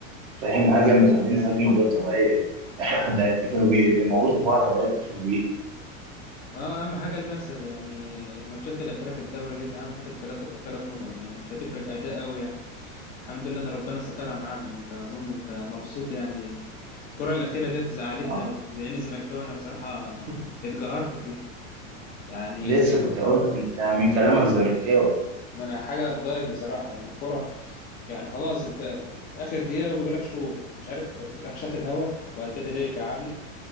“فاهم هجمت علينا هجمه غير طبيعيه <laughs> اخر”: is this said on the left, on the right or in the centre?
Right